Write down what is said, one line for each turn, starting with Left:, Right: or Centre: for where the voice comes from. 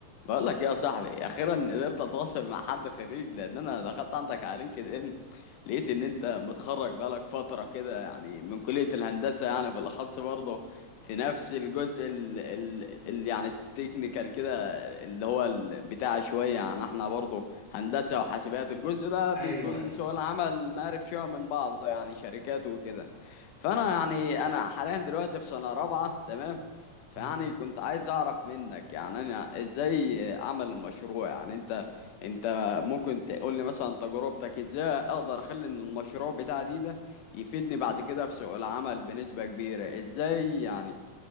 Left: بقول لك إيه يا صاحبي اخيرا قدرت اتواصل مع حد خريج لان انا دخلت عندك على لينكد ان لقيت ان انت متخرج بقالك فتره كده يعني من كليه الهندسه يعني بالاخص برضه في نفس الجزء ال ال ال يعني التكنيكال كده اللي هو ال- بتاع شويه يعني احنا برضه هندسه وحاسبات الجزء ده بيكون
Right: ايوه ايوه
Left: سوق العمل مقارب شويه من بعضه يعني شركات وكده فانا يعني انا حاليا دلوقتي في سنه رابعه تمام فيعني
Right: امم
Left: كنت عايز اعرف منك يعني انا ازاي اعمل المشروع يعني انت انت ممكن تقول لي مثلا تجربتك ازاي اقدر اخلي إن المشروع بتاعي دي ده يفيدني بعد كده في سوق العمل بنسبة كبيرة ازاي يعني